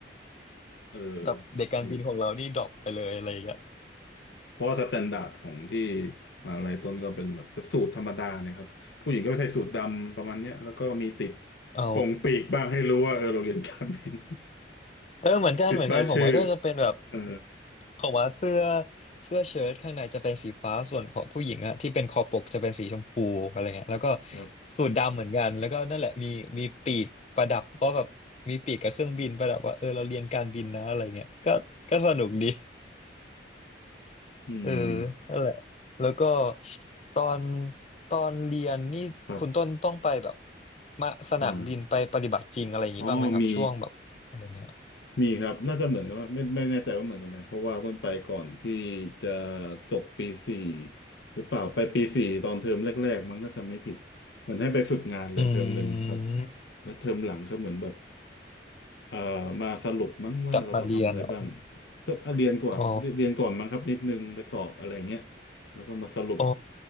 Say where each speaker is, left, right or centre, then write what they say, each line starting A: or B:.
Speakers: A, on the left; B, on the left.
A: เออ
B: แบบเด็กการบินของเรานี่ดรอปไปเลยอะไรอย่างเงี้ย
A: ดี เพราะว่าสแตนดาร์ดของที่มหาลัยต้นก็เป็นแบบเป็นสูตรธรรมดาเนี่ยครับผู้หญิงก็ใส่สูทดำประมาณเนี้ยแล้วก็มีติด
B: อ๋อ
A: โป่งปีกบ้างให้รู้ว่าเออเราเรียนการบิน
B: เออเหมือนกันเหมือนกันของวัดก็จะเป็นแบบ
A: <laughs> ติดรายชื่อเออ
B: ของวัดเสื้อเสื้อเชิ้ตข้างในจะเป็นสีฟ้าส่วนของผู้หญิงอะที่เป็นคอปกจะเป็นสีชมพูอะไรเงี้ยแล้วก็
A: ครับ
B: สูทดำเหมือนกันแล้วก็นั่นแหละมีมีปีกประดับว่าแบบมีปีกกับเครื่องบินประดับว่าเออเราเรียนการบินนะอะไรเงี้ยก็ก็สนุกดี
A: อืม
B: เออนั่นแหละแล้วก็ตอนตอนเรียนนี่คุณต้นต้องไปแบบ
A: ครับ
B: มาสนามบินไปปฏิบัติจริงอะไรอย่างนี้บ้างไหมครับช่วงแบบอะไรเงี้ย
A: อ่าอ๋อมีมีครับน่าจะเหมือนกันว่าไม่ไม่แน่ใจว่าเหมือนกันไหมเพราะว่าต้นไปก่อนที่จะจบปีสี่หรือเปล่าไปปีสี่ตอนเทอมแรกๆมั้งน่าจะไม่ผิดเหมือนให้ไปฝึกงานเหลือเทอมหนึ่งครับ
B: อืม
A: แล้วเทอมหลังก็เหมือนแบบ เอ่อมาสรุปมั้งว่าเราจะทำอะไรบ้าง
B: กลับมาเรียนเหรอ
A: ก็เรียนก่อนเรียนก่อนมั้งครับนิดนึงไปสอบอะไรเงี้ย
B: อ๋อ
A: แล้วก็มาสรุป
B: อ๋อ